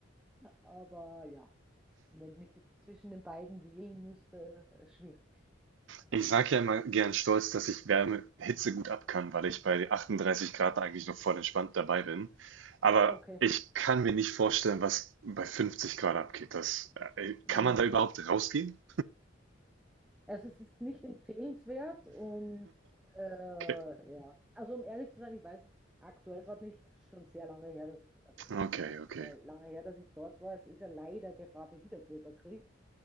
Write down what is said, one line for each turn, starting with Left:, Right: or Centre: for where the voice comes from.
Centre: aber ja. Wenn ich jetzt zwischen den beiden wählen müsste, äh, schwierig.
Right: Ich sage ja immer gern stolz, dass ich Wärme, Hitze gut ab kann, weil ich bei 38 Grad eigentlich noch voll entspannt dabei bin. Aber
Centre: Okay.
Right: ich kann mir nicht vorstellen, was bei 50 Grad abgeht. Das, äh, äh,
Centre: Mm.
Right: kann man da überhaupt rausgehen?
Centre: Also es ist nicht empfehlenswert und äh,
Right: Okay.
Centre: ja. Also um ehrlich zu sein, ich weiß es aktuell gerade nicht, Es ist schon sehr lange her, dass ich, also sehr,
Right: Okay,
Centre: ja,
Right: okay.
Centre: äh, lange her, dass ich dort war. Es ist ja leider gerade wieder Bürgerkrieg.